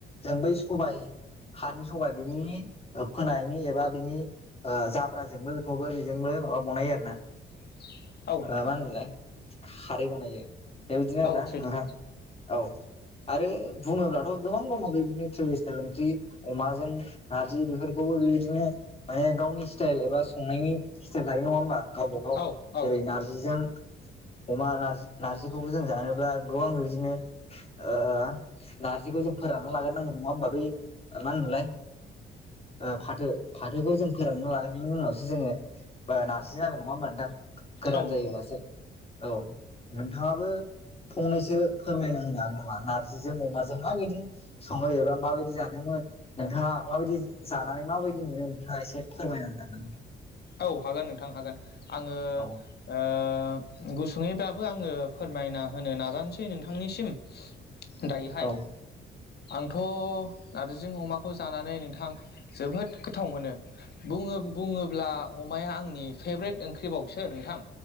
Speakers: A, on the left; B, on the left.
A: जों बै सबाय हानि सबाय बिनि ओ फोनायनि एबा बिनि ओ जाब्राजोंबो बेखौबो बिजोंबो सोरबाबा बनायो आरो ना।
B: <inaudible> नोंथां
A: मा होनोमोनलाय खारै बनायो। बेबिदिनो आरोना
B: औ सैथो
A: नोंथां औ आरो बुङो ब्लाथ' गोबां दङ बेबिदिनो ट्रेडिसनेल ओंख्रि अमाजों नारजि बेफोरखौबो बेबिदिनो माने गावनि स्टाइल एबा संनायनि स्टाइल थायो। नङा होमबा? गावबा गाव
B: औ औ
A: जेरै नारजिजों अमा नारजि नारजिखौबो जों जानोब्ला गोबां बेबिदिनो ओ नारजिखौ जों फोरानना लागोर नांगोन। नङा होमबा बै मा होनोमोनलाय? ओ फाथो फाथोखौ जों फोरानना लागोरनानि उनावसो जोङो बारा नारजि जागोन। नङा होनबा नोंथां? गोरान
B: औ
A: जायोब्लासो।
B: नंगौ
A: औ नोंथाङाबो फंनैसो फोरमायना <unintelligible> नारजिजों अमाजों माबायदि सङो एबा माबायदि जानो मो नोंथाङा माबायदि जो जानानै माबायदि मोनो नोंथाङा एसे फोरमायना होगोन नामा?
B: औ हागोन नोंथां हागोन। आङो ओ
A: होनो हागोन नामा?
B: थां गुसुङैबाबो आङो फोरमायना होनो नाजानसै नोंथांनिसिम दायोहाय
A: औ
B: आंथ' नारजिजों अमाखौ जानानै नोंथां जोबोद गोथाव मोनो। बुङो बुङोब्ला अमाया आंनि फ्रेभ्रेट ओंख्रिबावसो नोंथां।